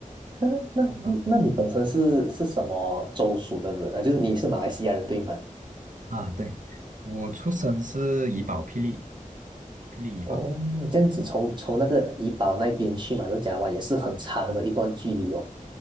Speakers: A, on the right; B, on the right.
A: 那那那你本身是是什么州属的人啊？
B: 然后
A: 就是你是马来西亚人对吗？
B: 啊，对，我出生是怡宝，霹雳，霹雳怡宝。
A: 哦，这样子从从那个怡保那边去马六甲湾也是很长的一段距离哦。